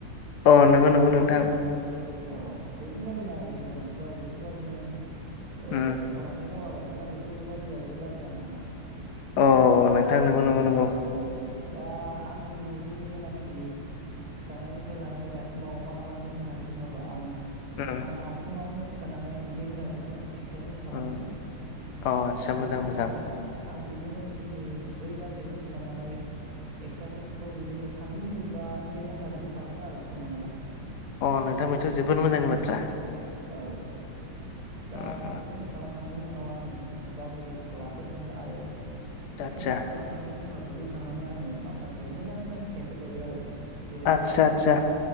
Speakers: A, on the left; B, on the right.
A: अ नंगौ नंगौ नोंथां।
B: अ बेफोरबायदिनो आरो दैज्लां बोथोराव बेफोरबायदिनो औ
A: उम
B: सार अन्थाइ गावलाबायो नालाय बेफोरबायदियावबो गाज्रि जानो हानाय।
A: औ नोंथां नोंगौ नोंगौ
B: औ
A: नोंगौ।
B: दा आंनि दिनैनि जेनाखि सिखारनायनिफ्राय लानाय दासिमाव मा खालामदों होननानै बुङोबा आं
A: उम
B: आंहा फुङावनो। सिखारनानै मोनसे हुदा दं। एक्सारसाइस खालामनाय
A: उम अ आदसा
B: आं
A: मोजां
B: बेखौ
A: मोजां
B: खालामो आरो। आं बिदिनो फुंनि ब्रै बाजियावनो सिखारनानै एक्सारसाइसखौ बिदिनो थामजि मिनिट बा से घन्टा बिदि खालामो आरो सम मोनोबा।
A: अ नोंथां बेथ' जोबोद मोजांनि बाथ्रा।
B: औ। दा
A: उम उम
B: एक्सारसाइस खालाम- खांनायनि उनाव आङो गावनि देहाखौ राफोद मोनो आरो।
A: आदसा
B: एक्सारसाइस
A: आदसा
B: खालामखांनायनि उनाव। दुगैखांनानै आङो माखासे मोजां मोजां फिथाइफोर जायो आरो। जेरै
A: आतसा
B: थाइजौ,
A: आतसा